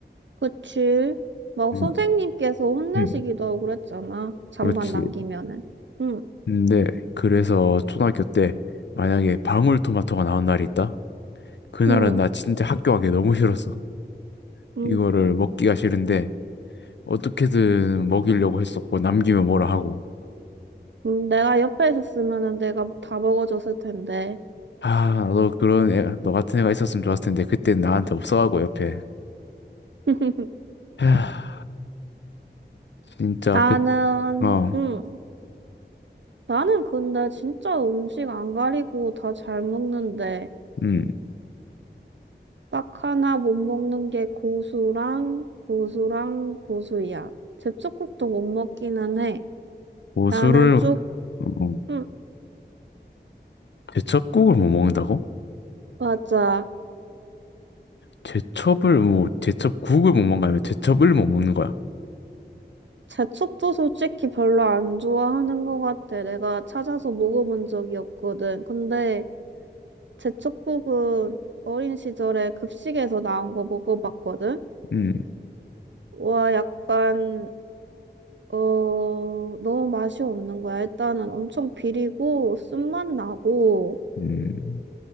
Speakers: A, on the right; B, on the left.
A: 그치. 막
B: 음,
A: 선생님께서 혼내시기도
B: 음.
A: 하고 그랬잖아. 잠만
B: 그렇지.
A: 남기면은. 응,
B: 근데 그래서 초등학교 때 만약에 방울토마토가 나온 날이 있다. 그날은
A: 응,
B: 나 진짜 학교 가기 너무 싫었어.
A: 응.
B: 이거를 먹기가 싫은데 어떻게든 먹이려고 했었고 남기면 뭐라 하고
A: 응, 내가 옆에 있었으면은 내가 다 먹어줬을 텐데.
B: 아 너 그런 애, 너 같은 애가 있었으면 좋았을 텐데 그땐 나한테 없어가고 옆에
A: <laughs>
B: 하, 진짜
A: 나는,
B: 그어음
A: 응. 나는 근데 진짜 음식 안 가리고 다 잘 먹는데.
B: 고수를
A: 딱 하나 못 먹는 게 고수랑 고수랑 고수야. 제첩국도 못 먹기는 해.
B: 뭐
A: 나는
B: 술을
A: 쭉,
B: 뭐,
A: 음,
B: 제첩국을 못 먹는다고?
A: 맞아.
B: 제첩을 뭐 제첩국을 못 먹는 거 아니 제첩을 못 먹는 거야
A: 제첩도 솔직히 별로 안 좋아하는 것 같아. 내가 찾아서 먹어본 적이 없거든. 근데 제첩국은 어린 시절에 급식에서 나온 거 먹어봤거든.
B: 음
A: 와, 약간, 어, 너무 맛이 없는 거야. 일단은 엄청 비리고 쓴맛 나고.
B: 음.